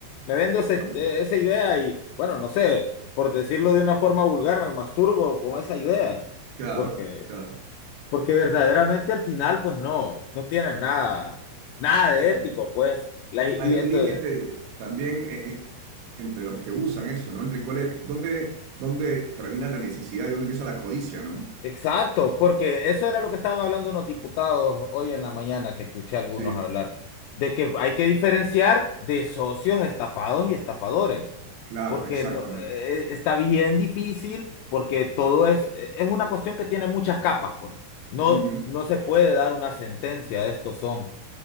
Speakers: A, on the left; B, on the right.
A: Me vendo
B: está.
A: ese- eh, esa idea y, bueno, no sé, por decirlo de una forma vulgar, me masturbo con esa idea.
B: Claro,
A: Porque,
B: claro,
A: porque verdaderamente al final, pues no, no tiene nada, nada de
B: claro.
A: ético, pues. La, y
B: Hay un
A: entonces,
B: límite también e- e- entre los que usan eso, ¿no? Entre cuáles, dónde, dónde termina la necesidad y dónde empieza la codicia, ¿no?
A: Exacto, porque eso era lo que estaban hablando unos diputados hoy en la mañana que escuché a algunos
B: Sí,
A: hablar, de que hay que diferenciar de socios estafados y estafadores,
B: claro,
A: porque
B: exactamente.
A: no, eh, está bien difícil, porque todo es, eh, es una cuestión que tiene muchas capas, pues. No,
B: Ujú.
A: no se puede dar una sentencia de estos son.